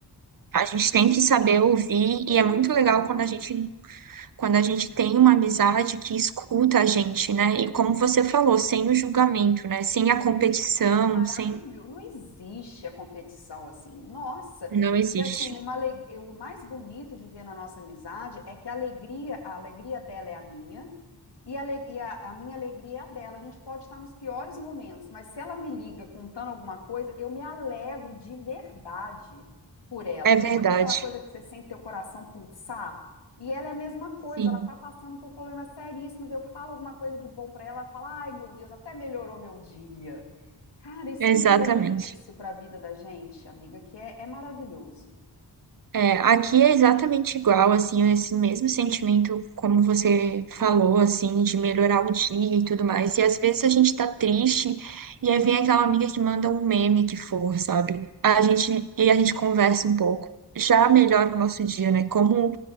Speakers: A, on the right; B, on the left.
A: A gente tem que saber ouvir,
B: Tem
A: e é muito
B: que saber.
A: legal quando a gente, quando a gente tem uma amizade que escuta a gente, né? E como você falou, sem o julgamento, né? Sem a competição,
B: É maravilhoso.
A: sem.
B: Não existe a competição assim. Nossa,
A: Não existe.
B: porque assim, uma ale- o mais bonito de ver na nossa amizade é que a alegria, a alegria dela é a minha e, a, ale- e a- a minha alegria é a dela. A gente pode estar nos piores momentos, mas se ela me liga contando alguma coisa, eu me alegro de verdade por ela.
A: É verdade.
B: Sabe aquela coisa que você sente teu coração pulsar? E ela é a mesma coisa,
A: Sim,
B: ela está passando por problemas seríssimos. Eu falo alguma coisa de bom para ela, ela fala: ai meu Deus, até melhorou meu dia. Cara, isso
A: exatamente.
B: é um benefício para a vida da gente, amiga, que é é maravilhoso.
A: É, aqui é exatamente igual, assim, esse mesmo sentimento, como você falou, assim, de melhorar o dia e tudo mais. E às vezes a gente tá triste e aí vem aquela amiga que manda um meme que for, sabe? A gente, e a gente conversa um pouco. Já melhora o nosso dia, né? Como,